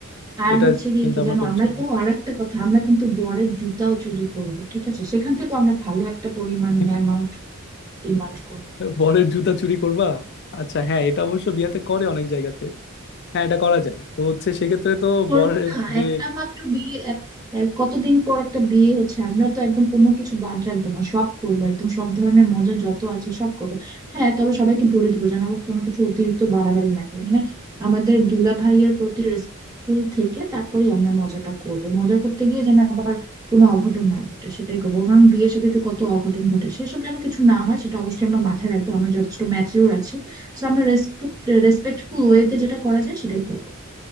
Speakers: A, on the right; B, on the left.
A: আর
B: এটা
A: হচ্ছে গিয়ে
B: চিন্তা
A: কি
B: ভাবনা
A: জানো
B: করছিলাম
A: আমরা ও আর একটা কথা আমরা কিন্তু বরের জুতাও চুরি করবো ঠিক আছে সেখান থেকে আমরা ভালো একটা পরিমাণ
B: <laughs>
A: অ্যামাউন্ট ডিমান্ড করবো
B: বরের জুতা চুরি করবা আচ্ছা হ্যাঁ এটা অবশ্য বিয়াতে করে অনেক জায়গাতে হ্যাঁ এটা করা যায় তো হচ্ছে সেক্ষেত্রে তো
A: করবো
B: বরের
A: না
B: যে
A: একটা মাত্র বিয়ে এক- এক- কতদিন পর একটা বিয়ে হচ্ছে আমরা তো একদম কোনো কিছু বাদ রাখবো না সব করবো একদম সব ধরনের মজা যত আছে সব করবো হ্যাঁ তবে সবাইকে বলে দিব যেন আবার কোনো কিছু অতিরিক্ত বাড়াবাড়ি না করে মানে আমাদের দুলা ভাইয়ের প্রতি রেসপেক্টফুল থেকে তারপরেই আমরা মজাটা করবো মজা করতে গিয়ে যেন আবার কোনো অঘটন না ঘটে সেটাই করবো কারণ বিয়ের শাদীতে কত অঘটন ঘটে সেসব যেন কিছু না হয় সেটা অবশ্যই আমরা মাথায় রাখবো আমরা যথেষ্ট ম্যাচিওর আছি তো আমরা রেসপেক্ট রেসপেক্টফুল ওয়েতে যেটা করা যায় সেটাই করবো